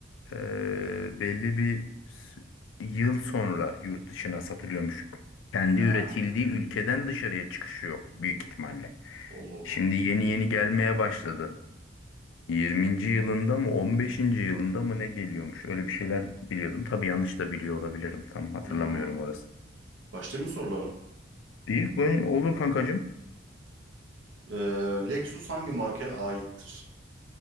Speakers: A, on the left; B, on the right.
A: e, belli bir s- yıl sonra yurt dışına satılıyormuş. Kendi
B: Ha,
A: üretildiği ülkeden dışarıya çıkışı yok büyük ihtimalle.
B: Allah Allah.
A: Şimdi yeni yeni gelmeye başladı. 20. yılında mı 15. yılında mı ne geliyormuş? Öyle bir şeyler biliyordum. Tabii yanlış da biliyor olabilirim. Tam hatırlamıyorum
B: Ha.
A: orası.
B: Başlayayım mı sorulara?
A: Değil bu olur kankacığım.
B: Ee, Lexus hangi markaya aittir?